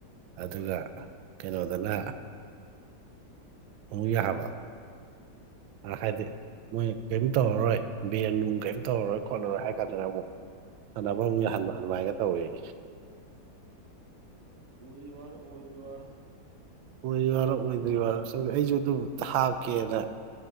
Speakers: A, on the right; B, on the right.
A: ꯑꯗꯨꯒ ꯀꯩꯅꯣꯗꯅ ꯑꯃꯨꯛ ꯌꯥꯕ ꯑ ꯍꯥꯏꯗꯤ ꯃꯣꯏ ꯀꯔꯤꯝ ꯇꯧꯔꯔꯣꯏ ꯕꯦꯟ ꯅꯨꯡ ꯀꯔꯤꯝ ꯇꯧꯔꯔꯣꯏ ꯈꯣꯠꯂꯔꯣꯏ ꯍꯥꯏ ꯀꯥꯟꯗꯅ ꯑꯃꯨꯛ ꯁꯥꯟꯅꯕ
B: ꯑꯥ
A: ꯑꯃꯨꯛ ꯌꯥꯍꯟꯕ ꯑꯗꯨꯃꯥꯏꯒ ꯇꯧꯋꯦꯌꯦ
B: ꯑꯣꯏꯔꯤ ꯋꯥꯔ ꯑꯣꯏꯗꯔꯤ ꯋꯥꯔ
A: ꯑꯣꯏꯔꯤ ꯋꯥꯔ ꯑꯣꯏꯗ꯭ꯔꯤ ꯋꯥꯔ ꯁꯨꯝ ꯑꯩꯖꯨ ꯑꯗꯨꯝ ꯍꯥꯞꯀꯦꯅ